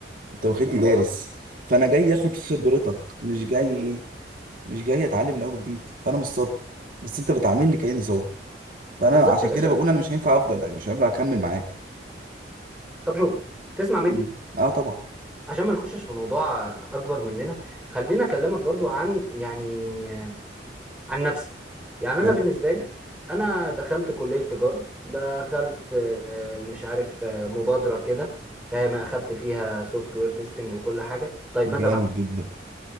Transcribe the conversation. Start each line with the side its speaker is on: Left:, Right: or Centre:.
Right: انت واخدني دارس فانا جاي اخد خبرتك مش جاي ايه مش جاي اتعلم من اول وجديد فانا مش صبي بس انت بتعاملني كاني صبي فانا
Centre: بالظبط
Right: عشان
Centre: يا باشا
Right: كده بقول انا مش هينفع افضل مش هينفع اكمل معاك
Centre: طب شوف تسمع مني
Right: مم. اه طبعا
Centre: عشان ما نخشش في موضوع اكبر مننا خلينا اكلمك برضو عن يعني عن نفسي يعني انا
Right: حلو
Centre: بالنسبه لي انا دخلت كليه تجاره دخلت آه، مش عارف آه، مبادره كده فاهم اخدت فيها سوفت وير تيستنج وكل حاجه طيب
Right: جامد
Centre: ماذا بعد
Right: جدا